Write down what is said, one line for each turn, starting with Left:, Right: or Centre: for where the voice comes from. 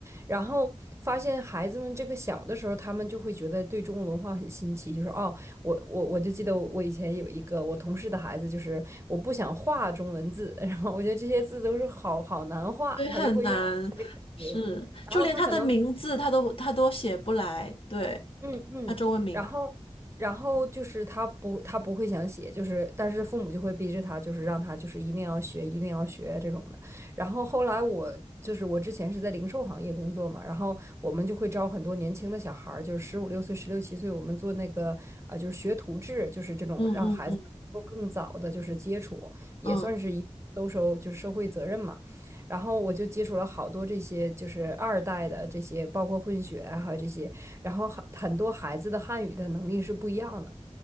Right: 然后发现孩子们这个小的时候，他们就会觉得对中国文化很新奇，就是哦，我我我就记得我以前有一个我同事的孩子，就是我不想画中文字，<laughs> 然后我觉得这些字都是好好难画，
Left: 对，
Right: 他就会用这个词，
Left: 很难，是，
Right: 然后他可能
Left: 就连他的名字他都他都写不来，对，
Right: 嗯嗯，
Left: 他中文名，
Right: 然后然后就是他不他不会想写，就是但是父母就会逼着他，就是让他就是一定要学，一定要学这种的。然后后来我就是我之前是在零售行业工作嘛，然后我们就会招很多年轻的小孩儿，就是十五六岁、十六七岁，我们做那个啊、呃就是学徒制，就是这种让孩子能够更早的就是接触，
Left: 嗯嗯嗯
Right: 也算是一都收就是社会责任嘛。
Left: 嗯，
Right: 然后我就接触了好多这些就是二代的这些，包括混血啊，还有这些。然后很很多孩子的汉语的能力是不一样的，